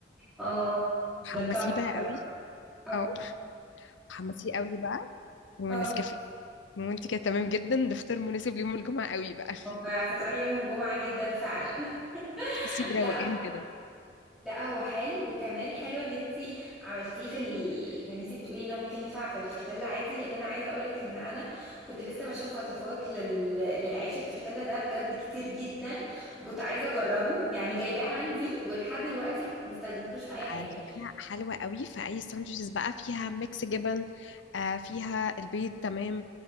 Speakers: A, in the centre; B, on the left (about 85°).
A: اه
B: وحمسيه
A: ده تحفة
B: بقى
A: ده
B: قوي
A: اه
B: اه حمسيه قوي بقى ونسكافيه
A: اه
B: وانت كده تمام جدا ده فطار مناسب ليوم الجمعة قوي بقى <laughs>
A: هما فطار يوم الجمعة جدا فعلا
B: تحسي
A: <laughs>
B: بروقان
A: لا
B: كده
A: لا هو حلو وكمان حلو ان انتي عملتيه في ال... ان انتي بتقولي ان هو ممكن ينفع في التورتيلا عادي لان انا عايزه اقولك ان انا كنت لسه بشوف وصفات لل... للعيش في التورتيلا ده بجد كتير جدا فكنت عايزه اجربه يعني جايباه عندي ولحد دلوقتي ما استخدمتوش في اي
B: على
A: حاجه
B: فكرة حلوة قوي فأي ساندوتشز بقى فيها ميكس جبن آه فيها البيض تمام